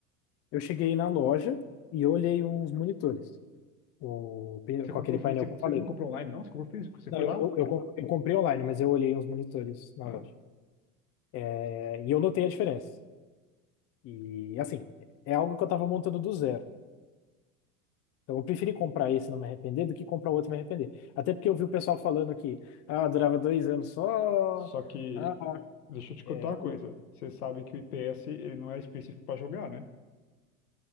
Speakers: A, on the left (about 35°); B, on the left (about 80°).
A: eu cheguei na loja e olhei uns monitores. O,
B: Você
A: com
B: comprou
A: aquele
B: físico,
A: painel que eu falei.
B: você você não comprou online, não? Você comprou físico? Você
A: Não,
B: foi
A: eu,
B: lá?
A: eu, eu com- eu comprei online, mas eu olhei uns monitores na
B: Ah,
A: loja. É, e eu notei a diferença. E assim, é algo que eu estava montando do zero. Então, eu preferi comprar esse e não me arrepender do que comprar outro e me arrepender. Até porque eu vi o pessoal falando que ah, durava dois anos só.
B: só que,
A: Ah,
B: deixa eu te contar
A: é,
B: uma coisa.
A: o-
B: Você sabe que o IPS, ele não é específico para jogar, né?